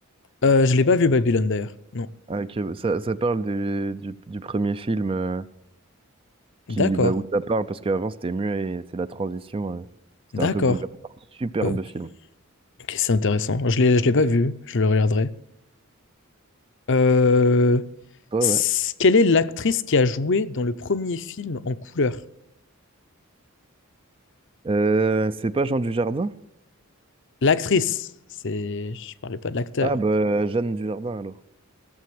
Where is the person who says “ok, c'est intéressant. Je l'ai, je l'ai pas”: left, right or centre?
Left